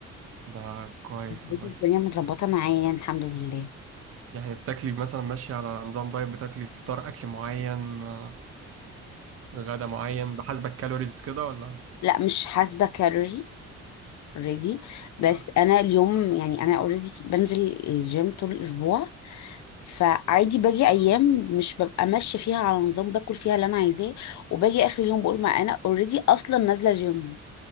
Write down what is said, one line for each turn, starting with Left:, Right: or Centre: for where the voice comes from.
Right: ده كويس
Left: الدنيا
Right: والله
Left: متظبطه معايا يعني، الحمد لله
Right: يعني بتاكلي مثلا ماشية على نظام دايت بتاكلي فطار أكل معين آه، غدا معين بحسب الكالوريز كده ولا؟
Left: لا مش حاسبه كالوري اوريدي بس
Right: <laughs>
Left: انا اليوم يعني انا اوريدي بنزل الجيم طول الاسبوع فعادي باجي ايام مش ببقى ماشيه فيها على نظام باكل فيها اللي انا عايزاه وباجي اخر اليوم بقول ما انا اوريدي اصلا نازله جيم